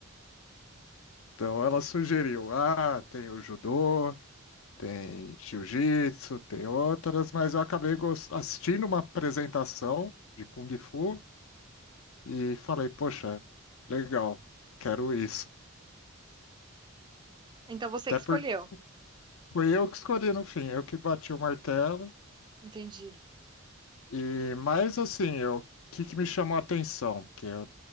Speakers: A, on the left (about 70°); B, on the right (about 20°).
A: Então ela sugeriu: ah, tem o judô. tem jiu-jitsu, tem outras, mas eu acabei gos- assistindo uma apresentação de Kung Fu e falei, poxa, legal, quero isso.
B: Então você
A: Até
B: que escolheu.
A: porque foi eu que escolhi no fim, eu que bati o martelo.
B: Entendi.
A: E mais assim, eu- o que, que me chamou a atenção? Porque eu